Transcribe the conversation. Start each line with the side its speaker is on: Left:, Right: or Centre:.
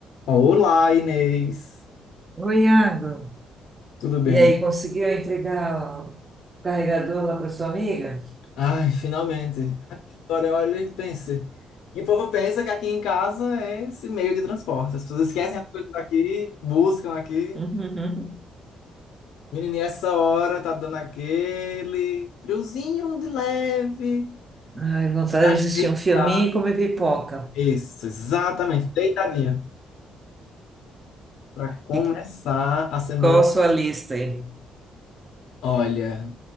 Left: Olá, Inês.
Right: Oi, Iago.
Left: Tudo bem?
Right: E aí, conseguiu entregar o carregador lá para sua amiga? <laughs>
Left: Ai, finalmente. Olha, olha e pense. E o povo pensa que aqui em casa é esse meio de transporte. As pessoas esquecem as coisas daqui, buscam aqui.
Right: Uhum.
Left: Menininha, essa hora tá dando aquele friozinho de leve.
Right: Ai, vontade
Left: Tá
Right: de assistir
Left: deitado.
Right: um filminho e comer pipoca.
Left: Isso, exatamente. Deitadinha. Pra começar
Right: E
Left: a semana.
Right: qual a sua lista aí?
Left: Olha,